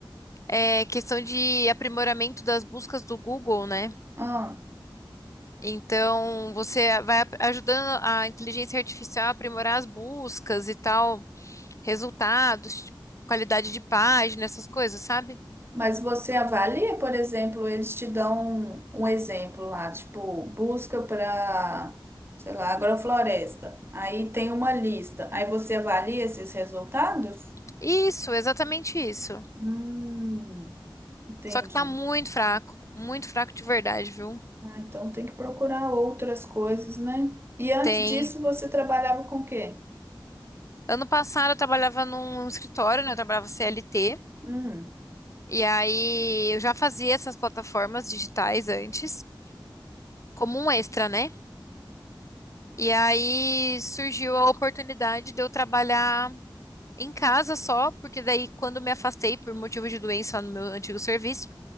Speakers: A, on the left (about 40°); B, on the right (about 30°).
A: é questão de aprimoramento das buscas do Google, né?
B: Ah,
A: Então, você vai ap- ajudando a inteligência artificial a aprimorar as buscas e tal, resultados, tipo, qualidade de página, essas coisas, sabe?
B: mas você avalia, por exemplo, eles te dão um, um exemplo lá, tipo, busca para, sei lá, agrofloresta. Aí tem uma lista. Aí você avalia esses resultados?
A: Isso, exatamente isso.
B: Hum, entendi.
A: Só que tá muito fraco, muito fraco de verdade, viu?
B: Ah, então tem que procurar outras coisas, né? E antes
A: Tem.
B: disso, você trabalhava com o quê?
A: Ano passado eu trabalhava num escritório, né? Eu trabalhava CLT,
B: Hum,
A: e aí eu já fazia essas plataformas digitais antes, como um extra, né? E aí surgiu a oportunidade de eu trabalhar em casa só, porque daí quando me afastei por motivo de doença lá no meu antigo serviço,